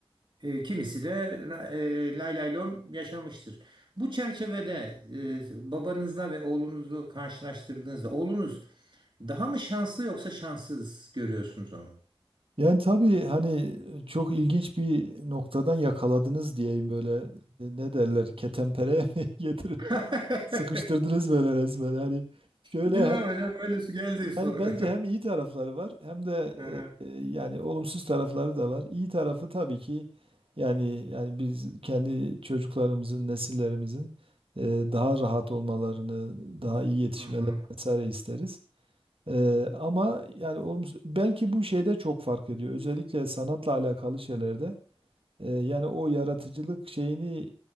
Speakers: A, on the right; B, on the right.
A: E, kimisi de e, lay lay lom yaşamıştır. Bu çerçevede e, babanızla ve oğlunuzu karşılaştırdığınızda oğlunuz daha mı şanslı yoksa şanssız görüyorsunuz onu?
B: Yani tabii hani e, çok ilginç bir noktadan yakaladınız diyeyim böyle E, ne derler ketenpereye <laughs> mi getirir
A: <laughs>
B: sıkıştırdınız böyle resmen hani şöyle
A: Bilmem hocam öyle su geldi soru.
B: Yani bence
A: <laughs>
B: hem iyi tarafları var hem de
A: Aha.
B: e, e, yani olumsuz tarafları da var. İyi tarafı tabii ki yani yani biz kendi çocuklarımızın, nesillerimizin e, daha rahat olmalarını, daha iyi yetişmelerini
A: Hı hı.
B: vesaire isteriz. E, ama yani olumsuz, belki bu şeyde çok fark ediyor. Özellikle sanatla alakalı şeylerde. E, yani o yaratıcılık şeyini